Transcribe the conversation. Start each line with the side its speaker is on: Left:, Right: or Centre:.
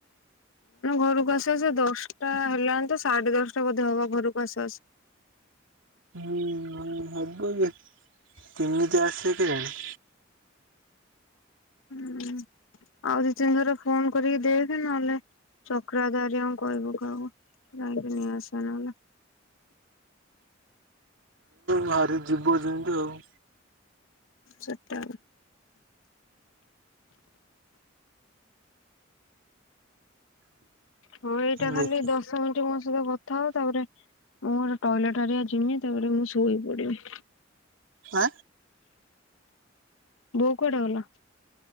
Left: ଘରୁ। ବସି ବସି ଦଶଟା ହେଲାଣି ତ ସାଢେ ଦଶଟା ବ ହବ ଘରକୁ ଆସୁ ଆସୁ।
Right: ହୁଁ ହବ ଯେ କେମିତି ଆସିବ କେଜାଣି।
Left: ହୁଁ ଆଉ ଦୁଇ ତିନିଥର ଫୋନ କରିକି ଦେଖେ ନହେଲେ ନାଇଁ ଚକ୍ରାଧାରି ଅଙ୍କଲ କୁ କହ ଯାଇକି ନେଇ ଆସିବେ ନହଲେ।
Right: ଭାରି ଯିବୁ ଯେମିତି ଆଉ।
Left: ସତ୍ୟ। ହଁ ଏଇଟା ଖାଲି
Right: ଦେଖି
Left: ଦଶ ମିନିଟ୍ ମୋ ସହିତ କଥା ହବୁ ତାପରେ ମୁଁ ମୋର ଟଏଲେଟ ହେରିକା ଯିମି ତା ପରେ ମୁଁ ଶୋଇ ପଡିମି।
Right: ହା।
Left: ବୋଉ କୁଆଡେ ଗଲା?